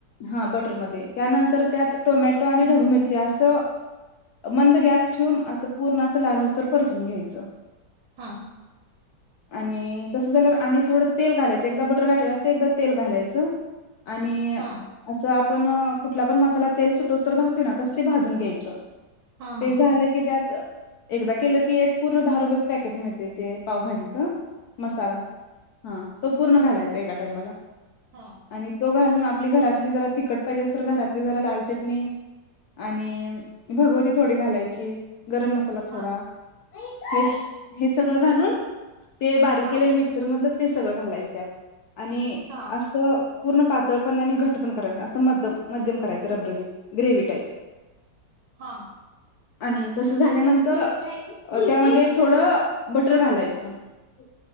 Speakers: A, on the left; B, on the right.
A: हा बटरमध्ये त्यानंतर त्यात टोमॅटो आणि ढबू मिरची ते अस मंद गॅस ठेवून अस पूर्ण अस लाल होऊस्तर परतून घ्यायचं.
B: हा
A: आणि तसं झाल्यावर आणि थोडं तेल घालायचं. एकदा बटर घातलेलं असतय एकदा तेल घालायचं. आणि
B: हा
A: असं आपण कुठला पण मसाला तेल सुटूसतोवर भाजतोय ना ते तसं भाजून घ्यायचं.
B: हा
A: ते
B: हा
A: झालं
B: हा.
A: की त्यात एकदा केलं की एक पूर्ण दहा रुपयाचं पॅकेट मिळतंय ते पावभाजीचं मसाला हा तो पूर्ण घालायचा एका टाइमाला
B: हा
A: आणि तो घालून आपली घरातली जरा तिखट पाहिजे असेल तर घरातली जरा लाल चटणी आणि भगव ती थोडी घालायची. गरम मसाला थोडा
B: हा
A: हे हे सगळं घालून ते बारीक
B: हा
A: केलेल मिक्सर मधलं ते सगळं घालायच त्यात आणि
B: हा
A: असं पूर्ण पातळ पण आणि घट्ट पण करायच असं मध्यम करायचं रबरबीत ग्रेव्ही टाईप
B: हा
A: आणि तस झाल्यानंतर त्यामध्ये थोडं बटर घालायचं. अच्छा